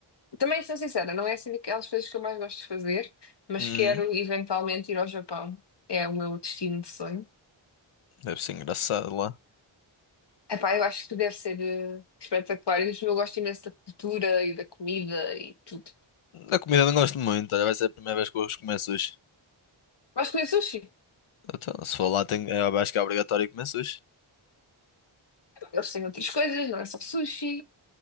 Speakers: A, on the left (about 55°); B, on the left (about 80°).
A: também sou sincera, não é assim daquelas coisas que eu mais gosto de fazer, mas
B: Hum,
A: quero eventualmente ir ao Japão. É o meu destino de sonho.
B: deve ser engraçado lá.
A: Epá, eu acho que deve ser eh, espetacular. E Eu gosto imenso da cultura e da comida e tudo.
B: Da comida não gosto muito. olha, Vai ser a primeira vez que eu vou comer sushi.
A: Gosto de comer sushi.
B: Então, se for lá, tenho, eu acho que é obrigatório comer sushi.
A: Eles têm outras coisas, não é só sushi.